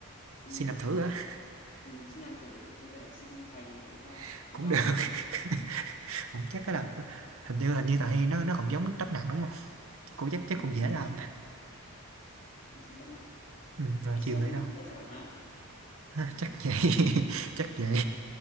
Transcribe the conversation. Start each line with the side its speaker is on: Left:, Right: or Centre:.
Left: xin
Right: xin
Left: à,
Right: làm thử á
Left: ừ, xin làm thử mình có thể xin thầy làm thử cho
Right: <laughs>
Left: thầy
Right: cũng
Left: cho
Right: được
Left: mà
Right: <laughs> không chắc cái là hình như hình như tà he nó nó còn giống đất nặng đúng không chắc cũng chắc chắc
Left: ừ,
Right: cũng
Left: nó
Right: dễ làm
Left: cũng không xuống đất nặng
Right: ừ, rồi
Left: ngày xưa
Right: chiều
Left: ông
Right: mới
Left: nặng
Right: đâu
Left: rất giỏi mà
Right: <laughs> chắc vậy <laughs> chắc vậy